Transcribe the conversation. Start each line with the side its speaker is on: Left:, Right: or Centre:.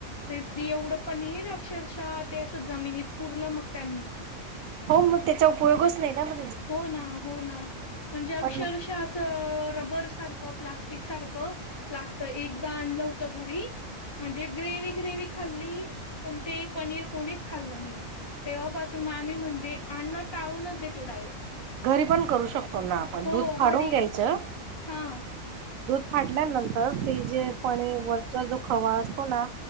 Left: ते त एवढं पनीर अक्षरशः ते असं जमिनीत पुरलं मग त्यांनी.
Right: हो मग त्याचा उपयोगच नाही ना म.
Left: हो ना हो ना म्हणजे अक्षरशा
Right: पण
Left: रबर सारखं प्लास्टिक सारखं लागत. एकदा आणलं होत घरी म्हणजे ग्रेव ग्रेवी खाल्ली पण ते पनीर कोणीच खाल्लं नाय. तेव्हापासून आम्ही म्हणजे अन्न टाळूनच देतो डायरेक्ट.
Right: घरी पण करू शकतो ना आपण
Left: हो
Right: दूध फाडून
Left: घरी
Right: घ्यायचं.
Left: हा.
Right: दूध फाटल्यानंतर ते जे पनीर वरचा जो खवा असतो ना